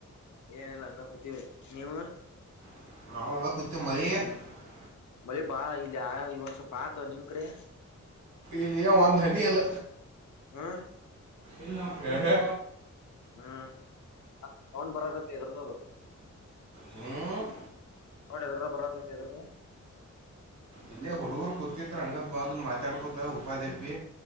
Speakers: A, on the left; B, on the right.
A: ಏನಲ್ಲ ಹಂಗ ಕೂತಿೀವಿ ನೀವು
B: <unintelligible>
A: ಮಲಿ ಬಾಳ ಇಲ್ಲಿ ಆ ಇವಂದ್ ಸ್ವಲ್ಪ ಆತ ನಿಮ್ ಕಡೆ
B: ಇಲ್ಲಿ ಒಂದು ಹನಿ ಇಲ್ಲ
A: ಹಾ
B: ಇಲ್ಲೇರೆ
A: ಹ್ಮ್ ತಗೊಂಡ್ ಬರದತ್ ಎದ್ರದು
B: ಹ್ಮ್
A: <unintelligible>
B: ಇಲ್ಲೇ ಹುಡುಗರು ಕತಿದ್ರ ಹಂಗಬಾಗ ಮಾತಾಡ್ಕೊತಾರ ಉಪಾಧಿಪಿ